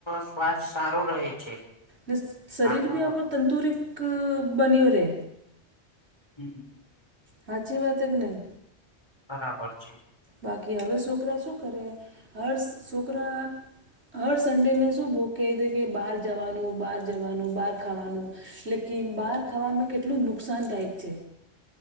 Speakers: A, on the left; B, on the right.
A: સ્વાસ સારું રહે છે
B: ને શરીર
A: હા તો
B: ભી આપ તંતુરિતક બની હો રહે
A: હમ હ
B: હાછી વાત એક કે નહી
A: બરાબર છે
B: બાકી હવે છોકરા શું કરેહે હષ છોકરા હર સન્ડેને શું ભોગ કહે છે કે બહાર જવાનું, બહાર જવાનું, બહાર ખાવાનું લેકિન બહાર ખાવામાં કેટલું નુકસાનદાયક છે